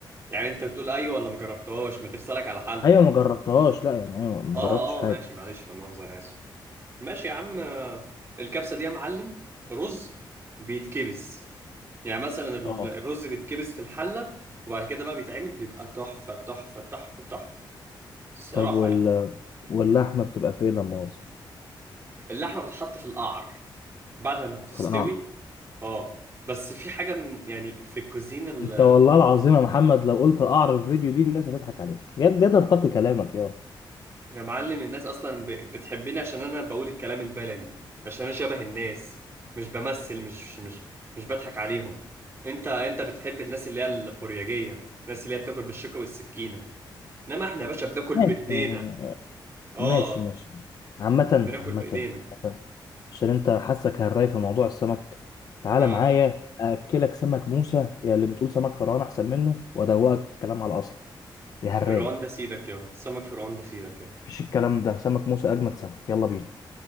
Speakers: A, on the right; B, on the left.
A: يعني أنت بتقول أيوة ولا ما جربتهاش ما ترسلك على حل
B: ايوه ما جربتهاش لا يعني ايوه ما
A: آه
B: جربتش حاجه
A: آه ماشي معلش لا مؤاخذة أنا آسف ماشي يا عم آه، الكبسة دي يا معلم رز بيتكبس يعني مثلا ال-
B: اه
A: الرز بيتكبس في الحلة وبعد كده بقى بيتعمل بيبقى تحفة تحفة تحفة تحفة الصراحة
B: طب وال...
A: يعني
B: واللحمة بتبقى فين لما مؤاخذة
A: اللحمة بتتحط في القعر بعد ما بتستوي
B: في القعر
A: اه بس في حاجة م- يعني في الكوزين ال-
B: انت مم. والله العظيم يا محمد لو قلت القعر في الفيديو دي الناس هتضحك عليك يد يد ارتقي كلامك يا
A: يا معلم الناس أصلا ب- بتحبني عشان أنا بقول الكلام البلدي عشان أنا شبه الناس مش بمثل مش مش مش بضحك عليهم أنت أنت بتحب الناس اللي هي الفورياجية الناس اللي هي بتاكل بالشوكة والسكينة إنما إحنا يا باشا بناكل
B: ماشي
A: بإيدينا آه
B: ماشي ماشي عامة
A: بناكل
B: عامة
A: بإيدينا
B: عامة. عشان انت حاسك هالراي في موضوع السمك تعالى
A: آه
B: معايا اكلك سمك موسى يا اللي بتقول سمك فرعون احسن منه وادوقك الكلام على اصله يا هالراي
A: فرعون ده سيدك يا سمك فرعون ده سيدك يا
B: مفيش الكلام ده سمك موسى اجمد سمك يلا بينا